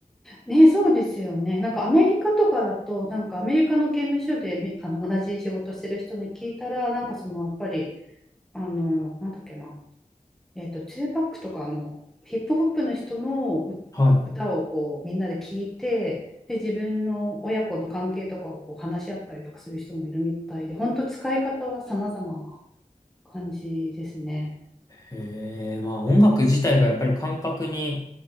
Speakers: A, in the centre; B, on the left.
A: ねそうですよねなんかアメリカとかだとなんかアメリカの刑務所でめあの同じ仕事してる人に聞いたらなんかそのやっぱりあのなんだっけなえっと、ツーパックとかのヒップホップの人のう歌をこうみんなで聞いて、
B: はい。
A: で、自分の親子の関係とかをこう話し合ったりとかする人もいるみたいで、本当使い方は様々な感じですね。
B: へえ。まあ、音楽自体がやっぱり感覚に、